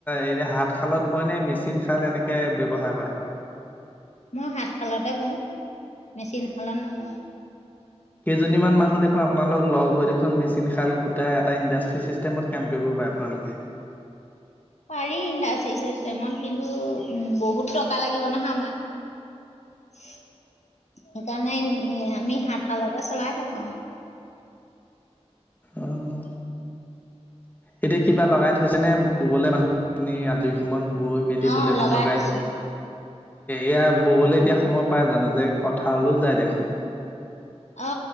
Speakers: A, on the left; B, on the left.
A: এ হাতশালত বয় নে মেচিন শাল এনেকে ব্যৱহাৰ কৰে
B: মই হাতশালতে বওঁ মেচিন শালত নবওঁ
A: কেইজনী মান মানুহ দেখোন আপোনালোক লগ হৈ দেখোন মেচিন শাল গোটাই এটা ইণ্ডাষ্টী চিষ্টেমত কাম কৰিব প আপোনালোকে
B: <inaudible> পাৰি ইণ্ডাষ্ট্ৰী চিষ্টেমত কিন্তু উম বহুত টকা লাগিব নহয় আমাক সেইকাৰণে আমি হাত শালতে চলাই থাকো
A: আহ এতিয়া কিবা লগাই থৈছে নে ৰুবলে মা আ পুনি ত ই সময়ত বৈ মেলি
B: অ
A: বোলে
B: লগাই
A: দুটকা
B: থৈছো।
A: এন স এয়া ববলৈ এতিয়া সময় পাই জানো যে পথাৰলৈও যায় দেখোন
B: অ